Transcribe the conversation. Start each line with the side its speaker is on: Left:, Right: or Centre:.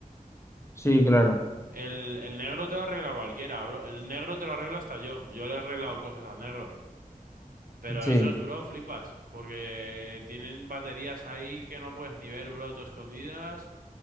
Left: Sí, claro.
Right: El, el negro te lo arregla cualquiera, bro. El negro te lo arregla hasta yo. Yo le he arreglado cosas al negro. Pero
Left: Sí.
Right: esos, bro, flipas. Porque tienen baterías ahí que no puedes ni ver, bro, todo escondidas.